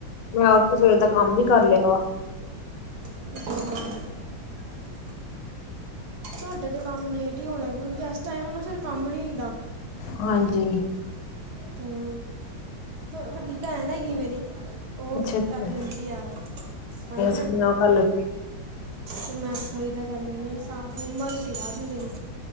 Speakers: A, on the left (about 80°); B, on the right (about 65°).
A: ਮੈਂ ਓਠ ਕੇ ਸਵੇਰ ਦਾ ਕਾੰਮ ਵੀ ਕਾਰ ਲੇਆ ਵਾ।
B: <unintelligible> ਤੂਆਡੇ ਤੇ ਕਾੰਮ ਲੇਟ ਹੀ ਹੋਏਆ, ਕਿਉਂਕਿ ਗੈਸਟ ਆਏ ਹੋਨ ਫੇਰ ਕਾੰਮ ਨੀ ਹੁੰਦਾ।
A: ਹਾਂਜੀ
B: ਤੇ ਵੱਡੀ ਭੈਣ ਹੈਗੀ ਮੇਰੀ ਓ
A: ਅੱਛਾ ਅੱਛਾ
B: ਕਾਰ ਲੈਂਦੀ ਆ ਸਫਾਈਆਂ
A: ਸਫੂਈਆਂ ਕਰ ਲ
B: ਤੇ ਮੈਂ ਰਸੋਈ ਦਾ ਕਾਰ ਲੈਂਨੀ ਆਂ ਸਾਫ਼, ਮੰਮਾ ਰੋਟੀ ਲਾਹ ਦੇਂਦੇ ਨੇ।